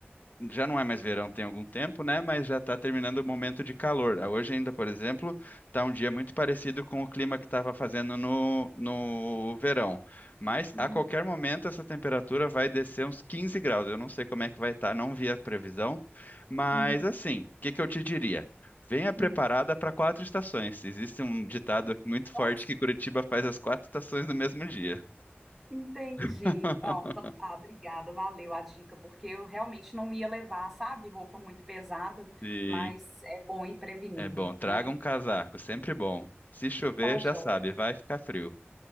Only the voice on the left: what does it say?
já não é mais verão tem algum tempo, né? Mas já está terminando o momento de calor. Ah, Hoje ainda, por exemplo, está um dia muito parecido com o clima que estava fazendo no, no verão. Mas
a qualquer momento essa temperatura vai descer uns 15 graus. Eu não sei como é que vai estar, não vi a previsão. Mas
assim, o que que eu te diria? Venha preparada
para quatro estações. Existe um ditado muito forte
que Curitiba faz as quatro estações no mesmo dia.
<laughs>
Sim.
É bom, traga
um casaco, sempre bom. Se chover,
já
sabe, vai ficar frio.